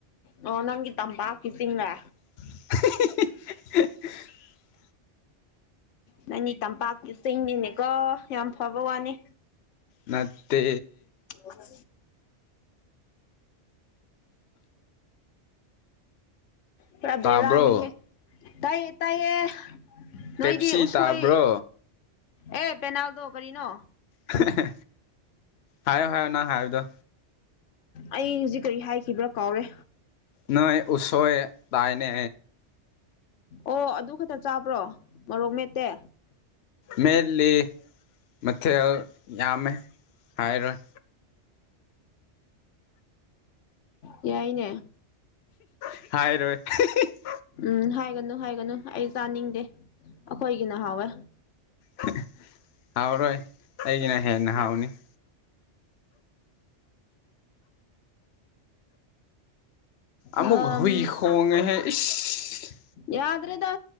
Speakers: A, on the left; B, on the left.
A: ꯑꯣ ꯅꯪꯗꯤ ꯇꯝꯄꯥꯛꯀꯤ ꯆꯤꯡꯂꯥ
B: <unintelligible>
A: ꯅꯪꯗꯤ ꯇꯝꯄꯥꯛꯀꯤ ꯆꯤꯡ ꯅꯤꯅꯦ ꯀꯣ ꯌꯥꯝ ꯐꯕ ꯋꯥꯅꯤ
B: ꯅꯠꯇꯦ
A: ꯑꯁ ꯄꯨꯔꯥ
B: ꯇꯥꯕ꯭ꯔꯣ
A: ꯕꯦꯔꯥꯅꯤꯍꯦ ꯇꯥꯏꯌꯦ ꯇꯥꯏꯌꯦ ꯅꯣꯏꯗꯤ
B: ꯄꯦꯞꯁꯤ
A: ꯎꯁꯣꯏ
B: ꯇꯥꯕ꯭ꯔꯣ
A: ꯑꯦ ꯄꯦꯅꯥꯜꯗꯣ ꯀꯔꯤꯅꯣ
B: ꯍꯦ ꯍꯦ ꯍꯥꯏꯌꯣ ꯍꯥꯏꯌꯣ ꯅꯪ ꯍꯥꯏꯕꯗꯣ
A: ꯑꯩ ꯍꯧꯖꯤꯛ ꯀꯔꯤ ꯍꯥꯏꯈꯤꯕ꯭ꯔꯥ ꯀꯥꯎꯔꯦ
B: ꯅꯣꯏ ꯎꯁꯣꯏ ꯇꯥꯏꯅꯦ
A: ꯑꯣ ꯑꯗꯨ ꯈꯛꯇ ꯆꯥꯕ꯭ꯔꯣ ꯃꯔꯣꯛ ꯃꯦꯠꯇꯦ
B: ꯃꯦꯠꯂꯤ ꯃꯊꯦꯜ ꯌꯥꯝꯃꯦ ꯍꯥꯏꯥꯏꯔꯣꯏ
A: ꯌꯥꯏꯅꯦ
B: ꯍꯥꯏꯔꯣꯏ ꯍꯤ ꯍꯤ
A: ꯎꯝ ꯍꯥꯏꯒꯅꯨ ꯍꯥꯏꯒꯅꯨ ꯑꯩ ꯆꯥꯅꯤꯡꯗꯦ ꯑꯩꯈꯣꯏꯒꯤ ꯅ ꯍꯥꯎꯋꯦ
B: ꯍꯤꯍꯤ ꯍꯥꯎꯔꯣꯏ ꯑꯩꯒꯤꯅ ꯍꯦꯟꯅ ꯍꯥꯎꯅꯤ ꯑꯃꯨꯛ
A: ꯥ ꯑꯥ ꯑꯝ
B: ꯍꯨꯏ ꯈꯣꯡꯉꯦꯍꯦ ꯏꯁ
A: ꯌꯥꯗꯦ ꯌꯥꯗꯦꯗ